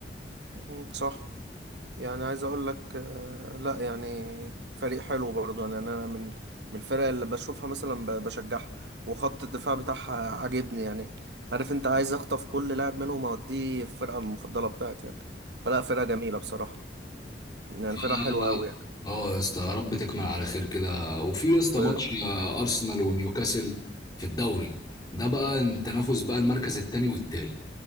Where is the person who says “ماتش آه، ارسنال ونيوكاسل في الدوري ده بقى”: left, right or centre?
Left